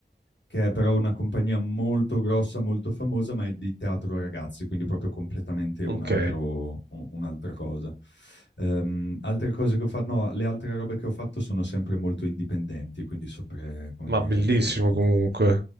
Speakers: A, on the left; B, on the right.
A: che è però una compagnia molto grossa, molto famosa, ma è di teatro ragazzi, quindi proprio completamente
B: Ok.
A: un altro, un- un'altra cosa. Ehm, altre cose che ho fatto, no, le altre robe che ho fatto sono sempre molto indipendenti, quindi sempre, come
B: Ma
A: dire,
B: bellissimo
A: mh,
B: comunque.